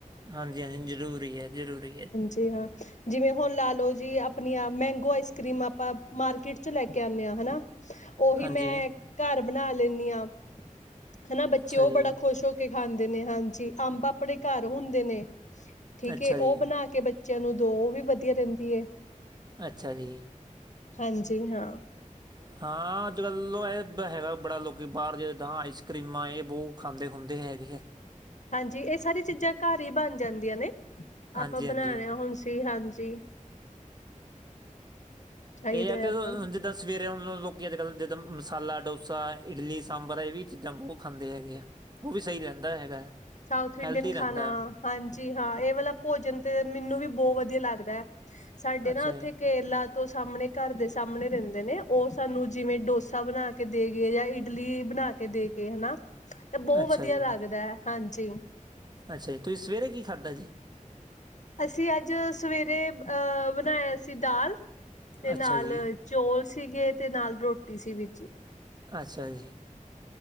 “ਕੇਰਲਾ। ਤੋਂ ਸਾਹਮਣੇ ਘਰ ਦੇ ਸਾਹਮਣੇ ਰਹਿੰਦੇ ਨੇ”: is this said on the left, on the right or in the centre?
Left